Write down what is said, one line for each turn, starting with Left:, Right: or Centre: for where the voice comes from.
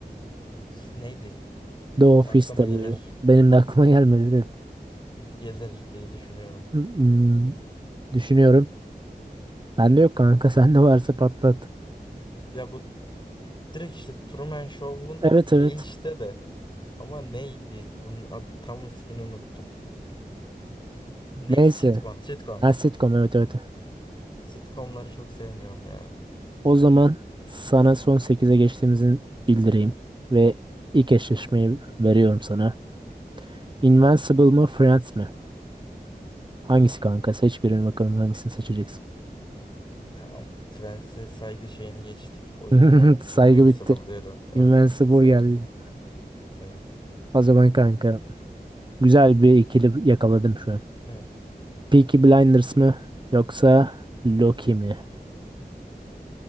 Left: İşte neydi?
Right: The Office
Left: Aklıma
Right: de
Left: gelir.
Right: bu. ya. Benim de aklıma <laughs> gelmedi de.
Left: Gelir diye düşünüyorum.
Right: Hmm, düşünüyorum. Bende yok kanka. <laughs> Sende varsa patlat.
Left: Ya bu direkt işte Truman Show'un
Right: Evet
Left: şeyi
Right: evet.
Left: işte de. Ama neydi? Bunun adı tam ismini unuttum. Ne?
Right: Neyse.
Left: Sitcom. Sitcom.
Right: Ha, sitcom evet evet.
Left: Sitcomları çok sevmiyorum ya.
Right: O zaman sana son sekize geçtiğimizi bildireyim ve ilk eşleşmeyi veriyorum sana. Invincible mı Friends mi? Hangisi kanka? Seç birini bakalım hangisini seçeceksin.
Left: Tamam. Friends'e saygı şeyini geçtik. O yüzden
Right: <laughs> Saygı
Left: Invincible
Right: bitti.
Left: diyorum. Evet
Right: Invincible
Left: bitti saygı.
Right: geldi.
Left: Evet.
Right: O zaman kanka güzel bir ikili yakaladım şu an.
Left: Hı.
Right: Peaky Blinders mı yoksa Loki mi?